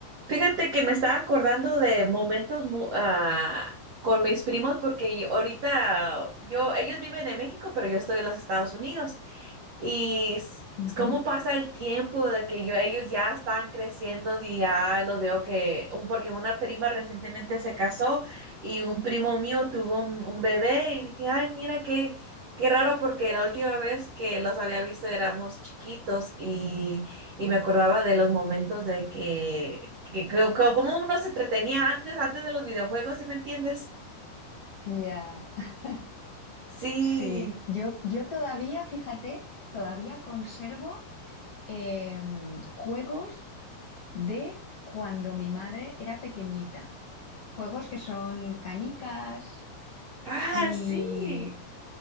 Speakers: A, on the right (about 65°); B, on the left (about 55°).
A: Fíjate que me estaba acordando de momentos mu- ah, con mis primos porque ahorita yo, ellos viven en México, pero yo estoy en los Estados Unidos. Y s-
B: Ujú.
A: cómo pasa el tiempo de que yo, ellos ya están creciendo y ya los veo que, un- porque una prima recientemente se casó y un primo mío tuvo un, un bebé y dije, ay, mira qué, qué raro porque la última vez que los había visto éramos chiquitos y, y me acordaba de los momentos de que que, que- que- cómo uno se entretenía antes, antes de los videojuegos, ¿sí me entiendes?
B: Ya, <laughs>
A: Sí.
B: sí. Yo, yo todavía, fíjate, todavía conservo em, juegos de cuando mi madre era pequeñita. Juegos que son canicas
A: Ah,
B: y
A: sí.